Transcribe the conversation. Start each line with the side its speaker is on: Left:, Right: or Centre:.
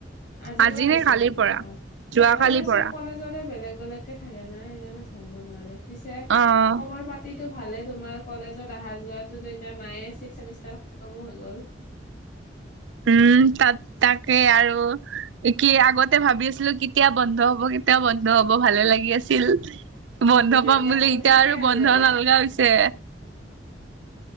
Left: আজিৰ
Right: আজি
Left: পৰা হৈছে
Right: নে কালিৰ
Left: নেকি?
Right: পৰা
Left: অ'
Right: যোৱা
Left: তাৰমানে
Right: কালিৰ
Left: চব
Right: পৰা
Left: কলেজ জনে বেলেগ, বেলেগ কে থাকে না সেইকাৰণে ধৰব নোৱাৰি, পিছে
Right: অ
Left: খবৰ পাত তিটো ভালে তোমাৰ? কলেজত অহা যোৱাতটো এতিয়া নাইয়ে, ছিক্স চেমিষ্টাৰ খটমো হৈ গ'ল।
Right: উম, তাত তাকে আৰু কি আগতে ভাবি আছিলো কেতিয়া বন্ধ হব কেতিয়া বন্ধ হ'ব ভালে লাগি আছিল। বন্ধ
Left: উম
Right: পাম বুলি এতিয়া
Left: শেষে
Right: আৰু
Left: হৈ
Right: বন্ধ
Left: গ'ল
Right: নালগা হৈছে।